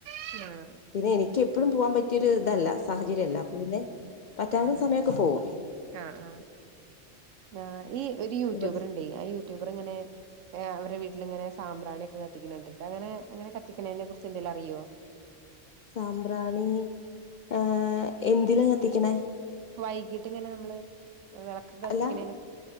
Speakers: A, on the right; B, on the left.
A: ആഹ്
B: പിന്നെ എനിക്ക് എപ്പഴും പോവാൻ പറ്റ പറ്റിയൊരു ഇതല്ല സാഹചര്യല്ല അപ്പൊ പിന്നെ പറ്റാവുന്ന
A: അതെ
B: സമയൊക്കെ പോകും
A: ആഹ് ആഹ് ആ ഈ ഒരു യൂട്യൂബർണ്ടേ
B: ഇവിടെ
A: ആ യു ട്യൂബർ ഇങ്ങനെ അവരിടെ വീട്ടിലിങ്ങനെ സാമ്പ്രാണി ഒക്കെ കത്തിക്കിണിണ്ട് ഇവിടങ്ങനെ കത്തിക്കുന്നതിനെ കുറിച്ച് എന്ത പറയോ
B: സാമ്പ്രാണി ഏഹ് എന്തിലാ കത്തിക്കണേ
A: വൈകിട്ട് ഇങ്ങനെ നമ്മള് വിളക്ക് കത്തിക്കണേന്
B: അല്ല